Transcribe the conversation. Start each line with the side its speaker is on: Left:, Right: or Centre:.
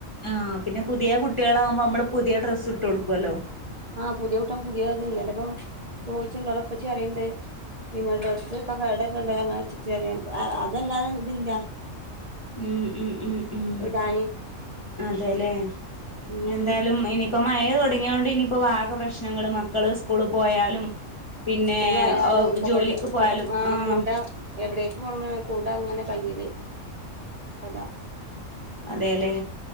Left: ആ പിനെ പുതേ കുട്ട്യേളാവുമ്പോ നമ്മള് പുതിയ ഡ്രസ്സ് ഇട്ട് കൊടുക്കോലോ.
Right: ആഹ് പുതിയ കൂട്ടം പുതിയ അത്ഇന്നലെ ഇപ്പൊ ചോയ്ച്ച്ണ്ട് അവളുപ്പച്ചി പറയ്ണ്ട്. പിന്നെ ഡ്രസ്സ്‌ക്കെ കടെ കൊണ്ടൊയോന്നാ വെച്ചിട്ട് പറയും അ അതല്ലാതെ ഇതില്ല-
Left: ഉം ഉം ഉം ഉം
Right: ഇടാന്
Left: അതെലെ
Right: ഉം
Left: എന്തായ്ലും ഇനി- ഇപ്പ മയ തൊടങ്ങ്യോണ്ട് ഇനിപ്പ ആക പ്രശ്നങ്ങള് മക്കള് സ്കൂള് പോയാലും. പിന്നെ
Right: സ്കൂളായാലും കൊടെ
Left: ജോലിക്ക് പോയാലും
Right: കൊ ആഹ
Left: ആഹ്
Right: കുട. എവിടേക്ക് പോകുമ്പോഴും ഇങ്ങനെ കുട ഇങ്ങനെ കയ്യില് അതാ-
Left: അതേലെ.